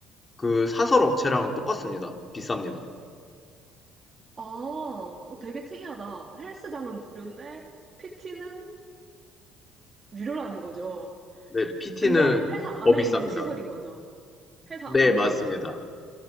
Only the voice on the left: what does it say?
그 사설 업체랑 똑같습니다. 비쌉니다.
네, PT는
더 비쌉니다.
네,
맞습니다.